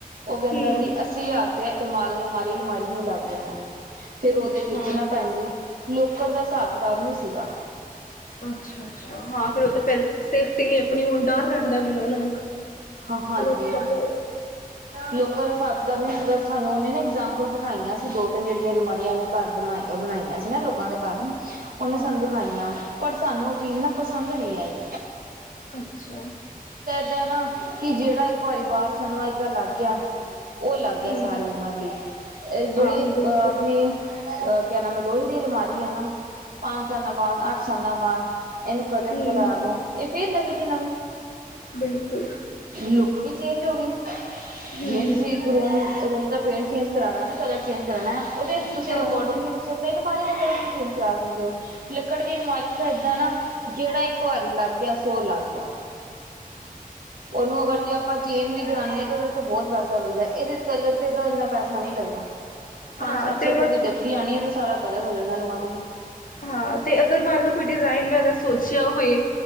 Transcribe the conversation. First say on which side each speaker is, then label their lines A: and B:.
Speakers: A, on the right; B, on the left.
A: ਉਹ ਕਹਿੰਦਾ
B: ਹੂੰ
A: ਜੀ ਅੱਸੀ ਹਜ਼ਾਰ ਰੁਪਏ ਅਰਾਮ ਮਾਰੀ ਅਲਮਾਰੀ ਨੂੰ ਣਾ <unintelligible> ਫੇਰ ਉਹਦੇ
B: ਅੱਛਾ
A: ਵਿੱਚ ਨਾ ਭੈਣਜੀ ਲੋਕਰ ਦਾ ਹਿਸਾਬ ਕਿਤਾਬ ਨਹੀਂ ਸੀਗਾ।
B: ਅੱਛਾ-ਅੱਛਾ, ਹਾਂ ਫਿਰ ਉਹ ਤਾਂ ਫਿਰ ਸੇਫਟੀ ਲਈ ਆਪਣੀ ਉਹ ਡਰ ਰਹਿੰਦਾ। ਉਹਨਾਂ ਨੂੰ
A: ਹਾਂ, ਹਾਂਜੀ
B: ਲੋਕਾਂ ਤੋਂ
A: ਲੋਕ ਘਰੇ <unintelligible> ਸਾਨੂੰ ਔਨੇ ਨਾ। ਇਗਜ਼ਾਮਪਲ ਦਿਖਾਈਆਂ ਸੀ? ਅਸੀਂ ਦੋ ਤਿੰਨ ਜਿਹੜੀਆਂ ਅਲਮਾਰੀਆਂ ਨੇ ਘਰ ਬਣਾਈਆਂ ਸੀ ਨਾ ਲੋਕਾਂ ਦੇ ਘਰ, ਉਹਨੇ
B: ਹਾਂ
A: ਸਾਨੂੰ
B: ਹਾਂ
A: ਦਿਖਾਈਆਂ ਪਰ ਸਾਨੂੰ, ਏਨਾ ਪਸੰਦ ਨੀ ਆਈ।
B: ਅੱਛਾ,
A: ਠੀਕ ਐ ਨਾ, ਕਿ, ਜਿਹੜਾ। ਭਾਰੀ ਬਾਹਰ ਸਨਮਾਈਕਾ ਲੱਗ ਗਿਆ, ਉਹ ਲੱਗ ਗਿਆ
B: ਹੂੰ
A: ਸਾਰੀ ਉਮਰ ਲਈ ਜਿਹੜੀ
B: ਆਹੋ ਬਿਲਕੁਲ
A: ਆਪਣੀ ਕਹਿਣਾ ਮੈਂ ਲੋਹੇ ਅਲਮਾਰੀ ਹੈ ਨਾ, ਪੰਜ ਸਾਲਾਂ ਬਾਅਦ ਅੱਠ ਸਾਲਾਂ ਬਾਅਦ। ਇਹਨੂੰ ਕਲਰ
B: ਹੂੰ
A: ਕਰਾ ਦੋ ਇਹ ਫੇਰ ਨਵੀਂ, ਦੀ ਨਵੀਂ,
B: ਬਿਲਕੁਲ,
A: ਲੁੱਕ ਵੀ ਚੇਂਜ ਹੋ ਗਈ।
B: ਹੂੰ
A: ਜਿਵੇਂ ਤੁਸੀਂ ਰੂਮ-ਰੂਮ ਦਾ ਪੇਂਟ ਚੇਂਜ ਕਰਾਣਾ ਨਾ ਕਲਰ ਚੇਂਜ ਕਰਾਣਾ ਉਹਦੇ ਤੁਸੀਂ
B: ਹਾਂ
A: ਅਕੋਰਡਿੰਗ ਹੀ ਤੁਸੀਂ ਆਪਣੇ ਬਾਰੀ ਦਾ ਕਲਰ ਚੇਂਜ ਕਰਵਾ ਸਕਦੇ ਆ। ਲੱਕੜ ਦੀ ਅਲਮਾਰੀ ਤਾਂ ਏਦਾਂ ਨਾ ਜਿਹੜਾ ਇੱਕ ਵਾਰੀ ਲੱਗ ਗਿਆ ਸੋ ਲੱਗ ਗਿਆ। ਉਹਨੂੰ ਅਗਰ ਜੇ ਆਪਾਂ ਚੇਂਜ ਵੀ ਕਰਾਨੇ ਤੇ ਉਹਦੇ ਤੇ ਬਹੁਤ ਪੈਸਾ ਲੱਗਦਾ ਇਹਦੇ ਕਲਰ ਤੇ ਤਾਂ ਇੰਨਾ ਪੈਸਾ ਨਹੀਂ ਲੱਗਦਾ। ਪੰਜ
B: ਹਾਂ
A: ਸੱਤ
B: ਤੇ
A: ਸੌ
B: ਮ
A: ਰੁਪਏ ਦੀ ਡੱਬੀ ਆਉਣੀ ਹੈ ਤੇ ਸਾਰਾ ਕਲਰ ਹੋ ਜਾਣਾ ਅਲਮਾਰੀ ਨੂੰ।
B: ਹਾਂ ਤੇ ਅਗਰ ਮੰਨ ਲਓ ਕੋਈ ਡਿਜ਼ਾਇਨ ਅਗਰ ਸੋਚਿਆ ਹੋਏ